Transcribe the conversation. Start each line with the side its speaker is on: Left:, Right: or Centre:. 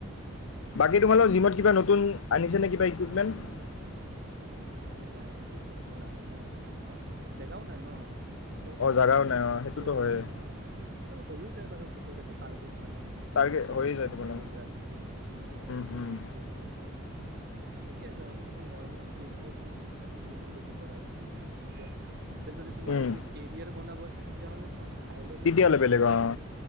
Left: বাকী তোমালোকৰ জিমত কিবা নতুনআনিছে নে কিবা ইকুইপমেণ্ট?
Right: নাইনাই একো ইকুইপমেণ্ট অনা নাই সেনেকুৱা, জেগাও নাই ন। ক'ত
Left: অঁ
Right: আৰু
Left: জাগাও
Right: আনিব
Left: নাই
Right: আৰু,
Left: অঁ সেইটোতো
Right: সৰু
Left: হয়েই
Right: জিম হয় আৰু হৈয়ো যায় বাৰু গোটেই কেইটাত টাৰ্গেট মানে
Left: টাৰ্গেট
Right: গোটেই মাচাল
Left: হৈয়ে যায়
Right: টাৰ্গেট
Left: তোমালোকৰ
Right: হৈ যায় আৰু সেইখিনি মেচিন আৰু
Left: উম উম
Right: ইকুইপমেণ্ট দি কিনে। ঠিকে আছে মানে তোমাৰ নৰ্মেল কেজুৱেল মানে জিম যদি কৰা যায় ঠিকে আছে, এয়া যদি তোমাৰ
Left: উম
Right: যদি কেৰিয়াৰ বনাব আছে, তেতিয়াহলে তোমাক, হাই লেভেল
Left: তেতিয়াহ'লে
Right: তোমাক
Left: বেলেগ
Right: জিম লাগিব।
Left: অ